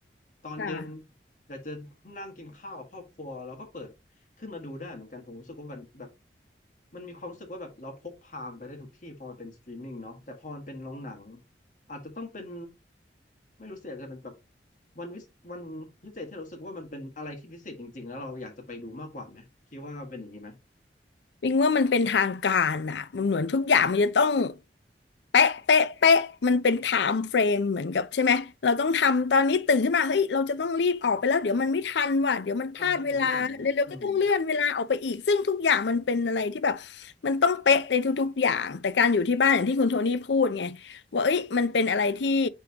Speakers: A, on the left; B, on the left.
A: ตอนเย็น
B: ค่ะ
A: อยากจะนั่งกินข้าวกับครอบครัวแล้วก็เปิด ขึ้นมาดูได้เหมือนกันผมรู้สึกว่ามันแบบมันมีความรู้สึกว่าแบบเราพกพามันไปได้ทุกที่พอมันเป็นสตรีมมิ่งเนาะแต่พอมันเป็นโรงหนังอาจจะต้องเป็นไม่รู้สิอาจจะเป็นแบบวันวิสวันพิเศษที่เรารู้สึกว่ามันเป็นอะไรที่พิเศษจริงๆแล้วเราอยากจะไปดูมากกว่าไหมคิดว่าเป็นอย่างนี้ไหม
B: วิงว่ามันเป็นทางการอ่ะมันเหมือนทุกอย่างมันจะต้องเป๊ะเป๊ะเป๊ะมันเป็นไทม์เฟรมเหมือนกับใช่ไหมเราต้องทำตอนนี้ตื่นขึ้นมาเฮ้ยเราจะต้องรีบออกไปแล้วเดี๋ยวมันไม่ทันว่ะเดี๋ยวมันพลาดเวลาเร็วๆก็ต้องเลื่อนเวลาออกไปอีกซึ่งทุกอย่างมันเป็นอะไรที่แบบ
A: อ่าใช่ผมว่เป็นอย่างนี้นะอืม
B: มันต้องเป๊ะในทุกๆอย่างแต่การอยู่ที่บ้านอย่างที่คุณโทนี่พูดไงว่าเอ้ยมันเป็นอะไรที่